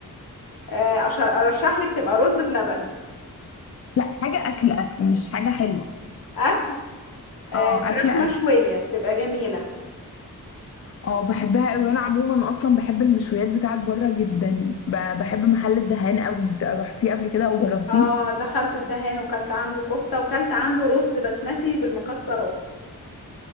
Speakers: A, on the left; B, on the left.
A: آه، أش- ارشح لك تبقى رز بلبن
B: لا حاجة أكل أكل مش حاجة حلوة
A: اكل آه،
B: اه
A: فراخ
B: أكل أكل
A: مشوية تبقى جميلة
B: اه بحبها قوي وانا عموما اصلا بحب المشويات بتاعت بره جدا ب- بحب محل الدهان قوي رحتيه قبل كده او جربتيه
A: اه دخلت الدهان وكلت عنده كفتة وكلت عنده رز بسمتي بالمكسرات